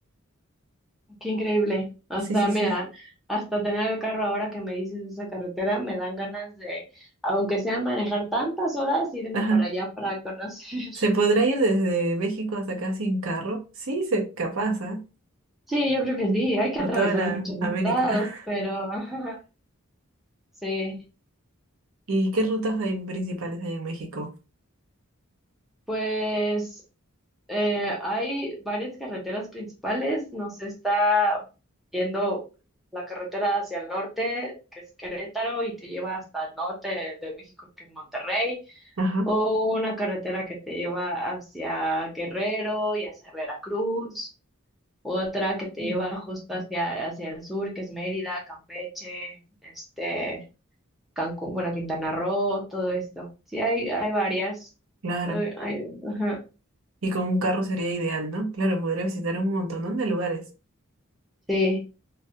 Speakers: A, in the centre; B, on the right.
A: Qué increíble. Hasta,
B: Sí, sí,
A: mira,
B: sí.
A: hasta tener el carro ahora que me dices de esa carretera, me dan ganas de, aunque sea manejar tantas horas, irme
B: Ajá.
A: para allá para conocer.
B: ¿Se
A: <laughs>
B: podrá ir desde México hasta acá sin carro? Sí, se capaz, ¿ah?
A: Sí, yo creo que sí, hay que
B: Por
A: atravesar
B: toda la
A: muchos
B: América.
A: estados, pero <laughs> sí,
B: <laughs> ¿Y qué rutas hay principales hay en México?
A: pues eh, hay varias carreteras principales, nos está yendo la carretera hacia el norte, que es Querétaro, y te lleva hasta el norte de México, que es Monterrey.
B: Ajá.
A: o una carretera que te lleva hacia Guerrero y hacia Veracruz, otra que te
B: Mm.
A: lleva justo hacia, hacia el sur, que es Mérida, Campeche, este, Cancún, bueno, Quintana Roo, todo esto. Sí, hay, hay varias.
B: Claro.
A: Soy- hay- ajá.
B: Y con un carro sería ideal, ¿no? Claro, podría visitar un montón de lugares.
A: Sí,